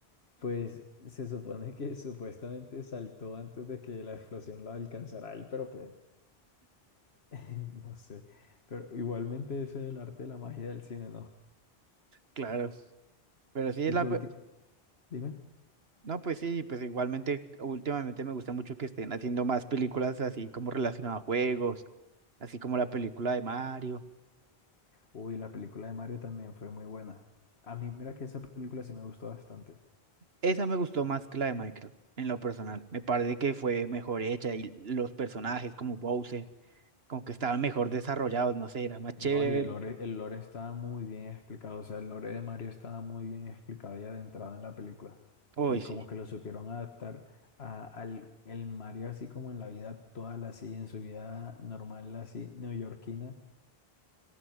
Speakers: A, on the left (about 80°); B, on the right (about 75°).
A: Pues se supone que supuestamente saltó antes de que la explosión lo alcanzara a él, pero pues <laughs> no sé. Pero igualmente ese es el arte de la magia del cine, ¿no?
B: claro. Pero sí,
A: Y
B: es la,
A: que ulti-
B: pe-
A: dime,
B: no, pues sí, pues igualmente, últimamente me gusta mucho que estén haciendo más películas así como relacionadas a juegos, así como la película de Mario.
A: uy, la película de Mario también fue muy buena. A mí mira que esa película sí me gustó bastante.
B: Esa me gustó más que la de Minecraft, en lo personal. Me parece que fue mejor hecha y los personajes como Bowser, como que estaban mejor desarrollados, no sé, era más chévere
A: No, y
B: ver-
A: el lore, el lore estaba muy bien explicado, o sea, el lore de Mario estaba muy bien explicado ya de entrada en la película.
B: Uy,
A: Y
B: sí,
A: como que lo supieron adaptar a- al el Mario así como en la vida actual, así en su vida normal, así neoyorquina.